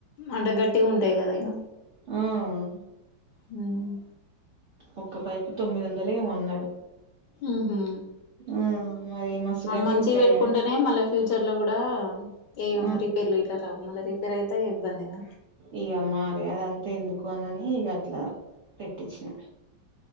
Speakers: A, on the left; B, on the right.
A: అంటే గట్టిగా ఉంటాయి కదా ఇక
B: మ్మ్
A: హ్మ్
B: ఒక్క పైపు తొమ్మిది వందలు ఏమో అన్నాడు
A: ఉహు
B: మ్మ్ మరి మస్తు గట్టిగా
A: మంచివి
B: ఉంటాయి
A: పెట్టుకుంటేనే
B: గా
A: మళ్ళీ ఫ్యూచర్ లో కూడా ఏం
B: ఆ
A: రిపేర్లు ఇట్లా రావ్ మళ్ళా రిపేర్ అయితే ఇబ్బంది గా
B: ఇక మారే గదా అంతా ఎందుకు అని ఇక అట్లా పెట్టించినా